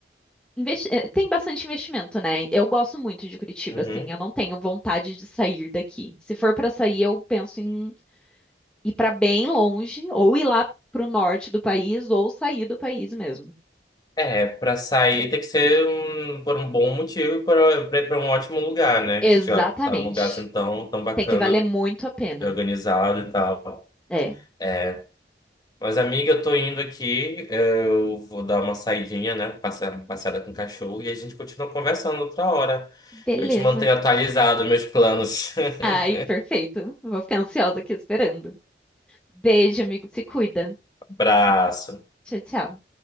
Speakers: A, in the centre; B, on the left.
A: investi- eh, tem bastante investimento, né? Eu gosto muito de Curitiba,
B: Uhum.
A: assim, eu não tenho vontade de sair daqui. Se for pra sair, eu penso em ir pra bem longe, ou ir lá pro norte do país, ou sair do país mesmo.
B: É, pra sair tem que ser um- por um bom motivo e pra, pra ir pra um ótimo lugar, né?
A: Exatamente.
B: Já tá um lugar assim tão, tão bacana,
A: Tem que valer muito a pena.
B: organizado e tal.
A: É.
B: É, Mas, amiga, eu tô indo aqui. eh, Eu vou dar uma saidinha, né? Passear, uma passeada com o cachorro e a gente continua conversando outra hora.
A: Beleza.
B: Eu te mantenho atualizado, meus planos. <laughs>
A: Ai, perfeito. Vou ficar ansiosa aqui esperando. Beijo, amigo. Se cuida.
B: Abraço.
A: Tchau, tchau.